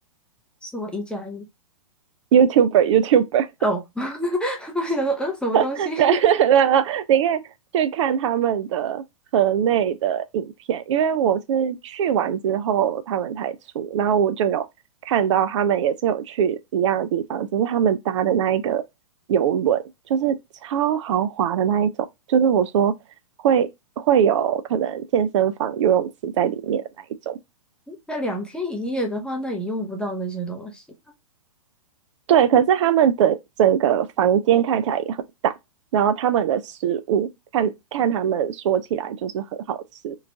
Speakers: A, in the centre; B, on the right.
A: 什么一加一？
B: ？YouTuber，YouTuber，
A: 哦，<laughs> 我想说，嗯，什么东西？
B: 对，<laughs>
A: <laughs>
B: 然后你可以去看他们的河内的影片，因为我是去完之后他们才出，然后我就有看到他们也是有去一样的地方，只是他们搭的那一个游轮就是超豪华的那一种，就是我说会会有可能健身房、游泳池在里面的那一种，
A: 那两天一夜的话，那也用不到那些东西。
B: 对，可是他们整整个房间看起来也很大，然后他们的食物看看他们说起来就是很好吃，